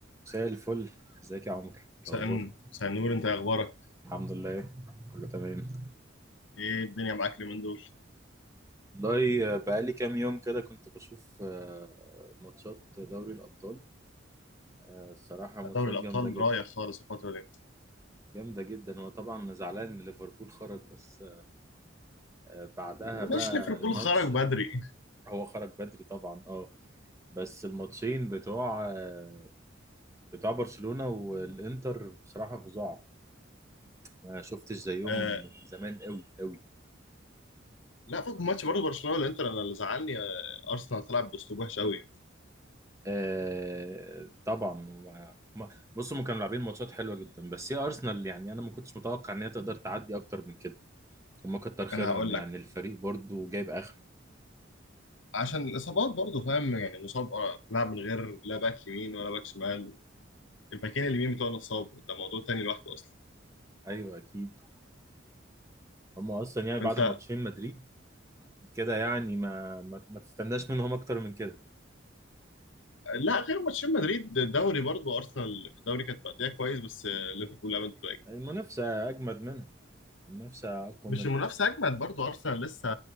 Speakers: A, on the right; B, on the left.
A: مساء الفل ازيك يا عمر إيه
B: سأن
A: الاخبار
B: سأنور انت إيه اخبارك
A: الحمد لله كله تمام
B: ايه الدنيا معاك اليومين دول
A: والله بقالي كام يوم كده كنت بشوف آه، ماتشات دوري الابطال آه، الصراحه ماتشات
B: دوري الابطال
A: جامده جدا
B: رايح خالص الفتره دي
A: جامده جدا هو طبعا زعلان ان ليفربول خرج بس آه، بعدها
B: مش
A: بقى
B: ليفربول
A: الماتش
B: خرج بدري
A: هو خرج بدري طبعا اه بس الماتشين بتوع آه، بتوع برشلونه والانتر بصراحه فظاع ما شفتش زيهم
B: آه
A: من زمان قوي قوي
B: لا فوق ماتش برضه برشلونه والانتر انا اللي زعلني آه ارسنال تلعب باسلوب وحش قوي
A: آه طبعا ما- ما- بصوا هم كانوا لاعبين ماتشات حلوه جدا بس هي ارسنال يعني انا ما كنتش متوقع ان هي تقدر تعدي اكتر من كده هم كتر خيرهم
B: انا هقول
A: يعني
B: لك
A: الفريق برضو جايب اخر
B: عشان الاصابات برضه فاهم يعني مصاب آه، تلعب من غير لا باك يمين ولا باك شمال الباكين اليمين بتوعنا اتصابوا ده موضوع تاني لوحده اصلا
A: ايوه اكيد هم اصلا يعني بعد
B: انت
A: ماتشين مدريد كده يعني ما ما, ما تستناش منهم اكتر من كده
B: لا غير ماتشين مدريد دوري برضه ارسنال في الدوري كانت مأدية كويس بس آه، ليفربول عملت
A: المنافسه اجمد منها المنافسه اقوى
B: مش
A: منها
B: المنافسة أجمل برضو أرسنال لسه